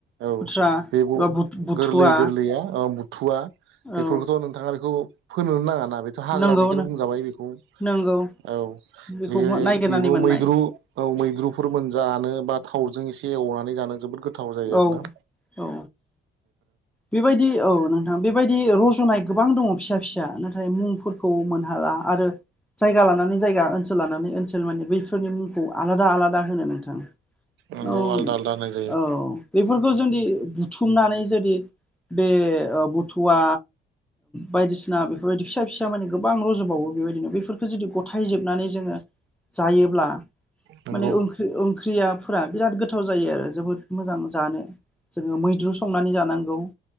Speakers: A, on the right; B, in the centre.
A: औ
B: खुथ्रा
A: बे
B: एबा बुथुवा
A: गोरलै गोरलैया बुथुवा
B: औ
A: बेफोरखौथ' नोंथाङा बेखौ फोनो नाङा ना बेथ' हाग्रानिखौनो
B: नंगौ
A: बुंजाबाय बेखौ
B: नंगौ
A: औ
B: बेखौ
A: बे
B: नायगिरनानै
A: बेबो
B: मोननाय
A: मैद्रु। औ मैद्रुफोर मोन जानो बा थावजों एसे एवनानै जानो जोबोद गोथाव जायो
B: औ
A: आरो ना
B: औ बेबायदि औ नोंथां बेबायदि रज'नाय गोबां दङ फिसा फिसा नाथाय मुंफोरखौ मोनहाला आरो जायगा लानानै जायगा ओनसोल लानानै ओनसोल माने बैफोरनि मुंखौ आलादा आलादा होनो नोंथां
A: नोंगौ
B: औ
A: आलदा आलदा होनाय
B: औ बेफोरखौ जोंदि बुथुमनानै जुदि बे ओ बुथुवा बायदिसिना बेफोरबायदि फिसा फिसा माने गोबां रज'बावो बेबायदिनो बेफोरफोरखौ जुदि ग थाइ जोबनानै जोङो जायोब्ला
A: नंगौ
B: माने ओंख्रि ओं ख्रियाफोरा बिराद गोथाव जायो आरो जोबोद मोजां जानो जोङो मैद्रु संनानै जानांगौ